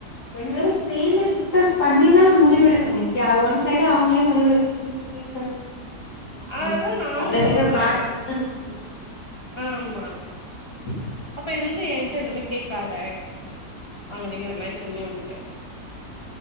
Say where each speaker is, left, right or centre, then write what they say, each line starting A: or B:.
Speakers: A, on the left (about 75°); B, on the left (about 15°).
A: ரெண்டு பேரு சேந்து டிஸ்கஸ் பண்ணிதா முடிவெடுக்கணு இப்டி ஒன் சைடு அவங்களே முடிவு எடுக் <inaudible>
B: அததா நானு
A: அப்றோ எதுக்கு
B: சொல்றே
A: பார்ட்னர்னு நம்மோ
B: ஆமா
A: உ
B: அப்ப இது வந்து ஏங்கிட்ட இனிமே கேக்காத அப்டிங்கிற மாரி சொல்லிவுட்டுட்டே